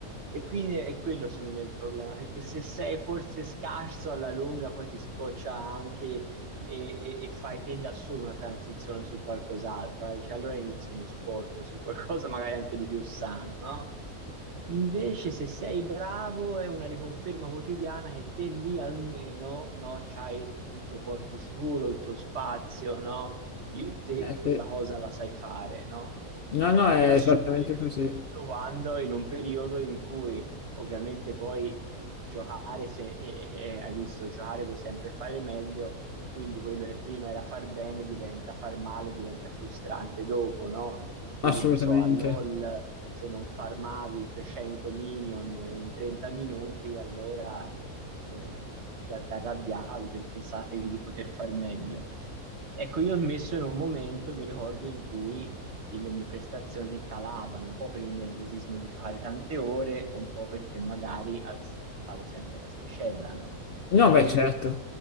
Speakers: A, on the right (about 50°); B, on the left (about 80°).
A: E quindi è quello secondo me il problema, perché se sei forse scarso alla lunga poi ti scoccia anche e, e- e fai te da solo una transizione su qualcos'altro. eh. Dici, allora inizi uno sport su qualcosa <laughs> magari anche di più sano, no? Invece se sei bravo è una riconferma quotidiana che te lì almeno, no, c'hai il tuo porto sicuro, il tuo spazio, no? I- Te quella
B: sì.
A: cosa la sai fare, no?
B: No, no, è
A: Per assurdo,
B: esattamente
A: io spesso
B: così.
A: quando in un periodo in cui ovviamente poi giocare, se eh, eh, hai visto, giocare puoi sempre fare meglio, quindi quello che prima era far bene diventa far male, diventa frustrante dopo, no? Quindi
B: Assolutamente.
A: ne so, a LOL se non farmavi 300 minion in 30 minuti, allora eh, già ti arrabbiavi perché sapevi di poter far meglio. Ecco, io ho smesso in un momento, mi ricordo, in cui le mie prestazioni calavano, un po' per il nervosismo di giocare tante ore, un po' perché magari alzavo sempre l'asticella, no?
B: No, beh,
A: Quindi
B: certo.